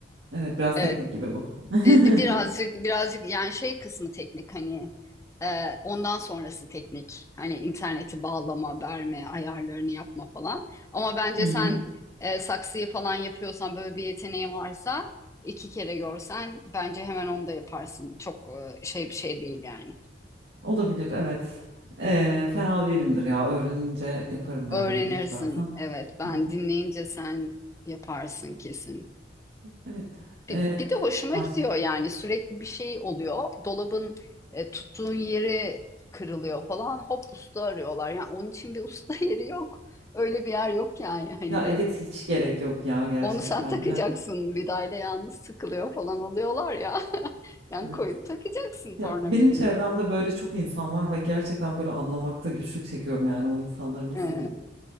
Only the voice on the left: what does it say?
Evet.
De- de- birazcık birazcık yani şey kısmı teknik hani e, ondan sonrası teknik. Hani interneti bağlama, verme, ayarlarını yapma falan. Ama bence
sen e, saksıyı falan yapıyorsan böyle bir yeteneğin varsa iki kere görsen bence hemen onu da yaparsın. Çok e, şey bir şey değil yani.
Öğrenirsin.
Evet, ben
dinleyince sen yaparsın kesin.
Bir,
bir de hoşuma
gidiyor yani sürekli bir şey oluyor. Dolabın e, tuttuğun yeri kırılıyor falan. Hop usta arıyorlar. Yani onun için bir usta <laughs> yeri yok. Öyle bir yer yok yani. Hani
onu sen takacaksın.
Vidayla yalnız sıkılıyor falan oluyorlar ya. <laughs> Yani
koyup takacaksın tornavidayı.
Ee,